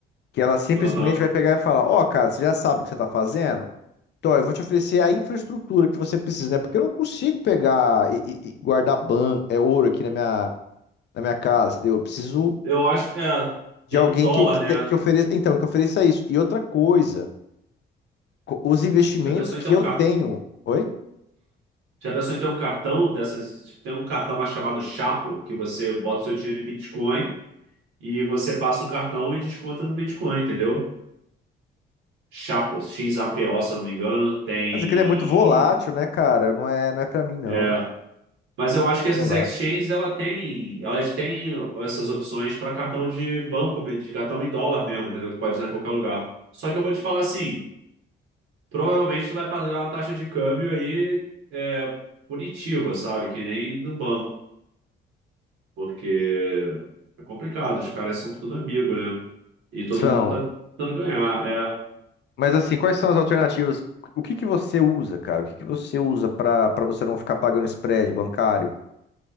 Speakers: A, on the left; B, on the right.
A: que ela simplesmente
B: aham.
A: vai pegar e falar, ó, cara, você já sabe o que você está fazendo? Então, eu vou te oferecer a infraestrutura que você precisa, né? Porque eu não consigo pegar e, e- e guardar ban é, ouro aqui na minha na minha casa, entendeu? Eu preciso
B: Eu acho, é,
A: de
B: tem
A: alguém
B: do dólar,
A: que, que,
B: né?
A: te- que ofereça, então, que ofereça isso. E outra coisa, co- os investimentos
B: Já pensou
A: que
B: em ter um
A: eu
B: car...
A: tenho. Oi?
B: já pensou em ter um cartão dessas, tipo, tem um cartão mais chamado Chapo, que você bota seu dinheiro em Bitcoin e você passa o cartão e desconta no Bitcoin, entendeu? Xapo, XAPO, se eu não me engano, tem.
A: Mas aquele é muito volátil, né, cara? Não é, não é para mim, não.
B: É. Mas eu acho que essas
A: Volátil.
B: exchanges ela tem, elas têm essas opções para cartão de banco, de cartão em dólar mesmo, entendeu? Que pode usar em qualquer lugar. Só que eu vou te falar assim, provavelmente tu vai pagar uma taxa de câmbio aí é, punitiva, sabe? Que nem no banco, porque é complicado, os caras são tudo amigo, né? E todo
A: São.
B: mundo tá tentando ganhar. é.
A: Mas assim, quais são as alternativas? O que que você usa, cara? O que que você usa para para você não ficar pagando spread bancário?